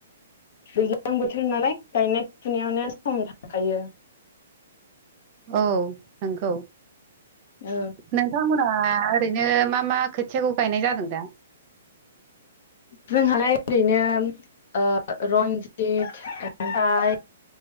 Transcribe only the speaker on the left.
दैज्लां बोथोर नालाय गायनाय फुनायावनो सम थांखायो
औ
जोंहालाय ओरैनो रन्जित ओमफ्राय